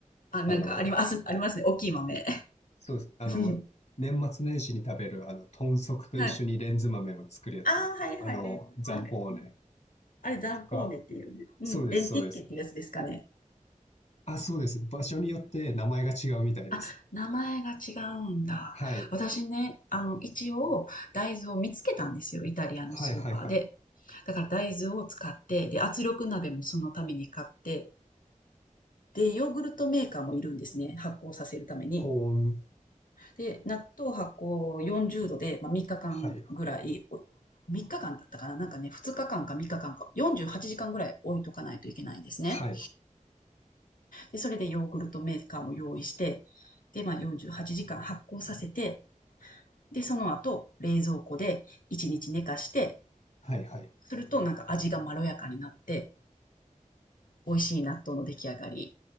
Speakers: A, on the left; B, on the left.
A: あ、なんかあります、
B: あの、
A: ありますね。大きい豆。
B: そうです。あの、
A: <laughs>
B: 年末年始に食べる、あの、豚足と一緒にレンズ豆を作るやつ。
A: はい。ああ、はいはい。
B: あの、
A: レンズ豆。
B: ザンポーネ
A: うん。あれ、ダンポーネっていうね。
B: とか。
A: うん。
B: そうです、
A: レンティッケっていうやつですかね。
B: そうです。あ、そうです。場所によって名前が違うみたいです。
A: あ、名前が違うんだ。
B: はい。
A: 私ね、あの、一応、大豆を見つけたんですよ。イタリアのスーパーで。
B: はいはいはい。
A: だから大豆を使って、で、圧力鍋もそのために買って、で、ヨーグルトメーカーもいるんですね、発酵させるために。
B: 保温。
A: で、納豆発酵40度で、まあ、3日間ぐらい、
B: はいはい。
A: お3日間だったかななんかね、2日間か3日間かかんか、48時間ぐらい置いとかないといけないんですね。
B: はい。
A: で、それでヨーグルトメーカーも用意して、で、まあ、48時間発酵させて、で、その後、冷蔵庫で1日寝かして、
B: はいはい。
A: するとなんか味がまろやかになって、美味しい納豆の出来上がり